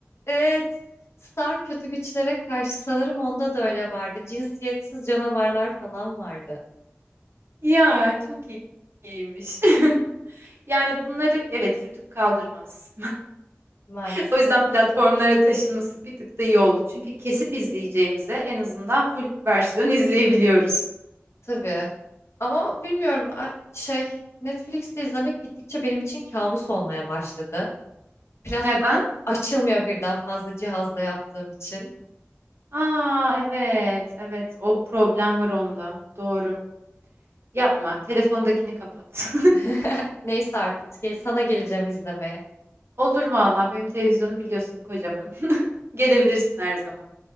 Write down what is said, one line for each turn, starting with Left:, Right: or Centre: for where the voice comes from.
Left: Evet. Star kötü güçlere karşı sanırım onda da öyle vardı. Cinsiyetsiz canavarlar falan vardı
Right: Ya çok iyi- iyiymiş. <laughs> Yani bunları evet Rütük kaldırmaz.
Left: maalesef.
Right: <laughs> O yüzden platformlara taşınması bir tık da iyi oldu. Çünkü kesip izleyeceğimize en azından full versiyon izleyebiliyoruz.
Left: Tabii. Ama bilmiyorum a- şey Netflix'te izlemek gittikçe benim için kabus olmaya başladı. Platformu
Right: Neden?
Left: açılmıyor birden fazla cihazla yaptığım için.
Right: Aa evet evet o problem var onda. Doğru. Yapma. Telefondakini kapat.
Left: <laughs> Neyse artık ge- sana geleceğim izlemeye.
Right: <laughs> Olur valla benim televizyonu biliyorsun kocaman. <laughs> Gelebilirsin her zaman.